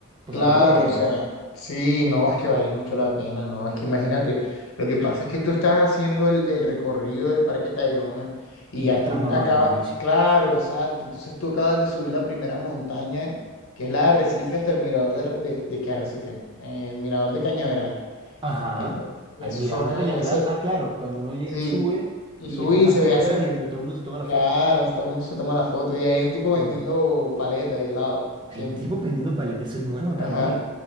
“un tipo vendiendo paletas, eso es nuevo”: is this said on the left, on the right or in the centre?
Right